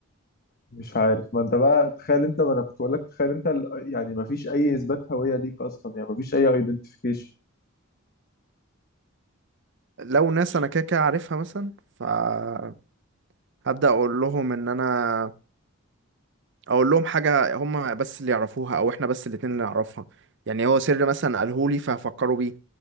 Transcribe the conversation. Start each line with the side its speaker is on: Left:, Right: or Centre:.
Left: مش عارف ما انت بقى تخيل انت ما انا كنت بقول لك تخيل انت ال- يعني ما فيش اي اثبات هوية ليك اصلا يعني ما فيش اي ايدنتيفيكيشن
Right: لو ناس أنا كده كده عارفها مثلا فهبدأ أقول لهم إن أنا أقول لهم حاجة هما بس اللي يعرفوها أو إحنا بس الاتنين اللي نعرفها يعني هو سر مثلا قالهولي فهفكروا بيه